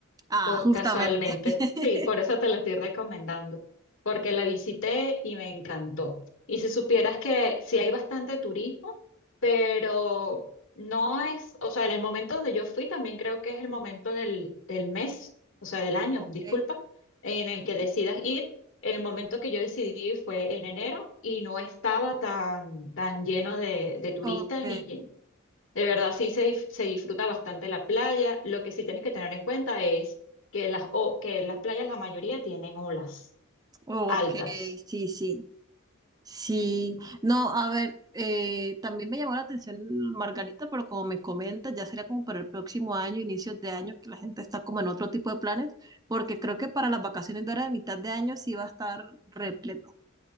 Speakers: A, on the right; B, on the left.
A: Ah,
B: co-
A: justamente.
B: casualmente.
A: <laughs>
B: <laughs> Sí, por eso te la estoy recomendando, porque la visité y me encantó. Y si supieras que sí hay bastante turismo, pero no es, o sea, en el momento donde yo fui también creo que es el momento del, del mes, o sea, del año,
A: Ok,
B: disculpa, en el
A: sí,
B: que
A: sí.
B: decidas ir. El momento que yo decidí fue en enero y no estaba tan, tan lleno de, de turistas
A: ok,
B: ni, de verdad, sí se, dif- se disfruta bastante la playa. Lo que sí tienes que tener en cuenta es que las, o- que las playas, la mayoría tienen olas
A: Ok,
B: altas.
A: sí, sí. Sí, no, a ver, eh, también me llamó la atención Margarita, pero como me comentas, ya sería como para el próximo año, inicios de año, que la gente está como en otro tipo de planes, porque creo que para las vacaciones de ahora de mitad de año sí va a estar repleto.